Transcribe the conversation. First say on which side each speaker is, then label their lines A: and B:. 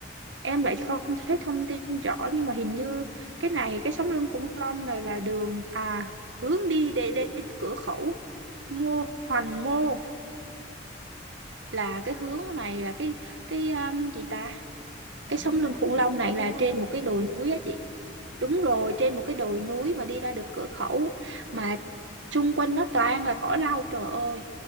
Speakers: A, on the right (about 80°); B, on the right (about 50°).
A: Em lại không thấy thông tin rõ nhưng mà hình như cái này, cái sống lưng khủng long này là đường à hướng đi để đến cửa khẩu Mô Hoành Mô. là cái hướng này là cái cái um, gì ta
B: Là
A: cái
B: đi
A: sống
B: ra
A: lưng
B: được
A: khủng
B: cửa
A: long này
B: khẩu
A: là
B: đúng không?
A: trên một cái đồi núi á chị đúng rồi trên một cái đồi núi mà đi ra được cửa khẩu mà xung quanh nó toàn là cỏ lau trời ơi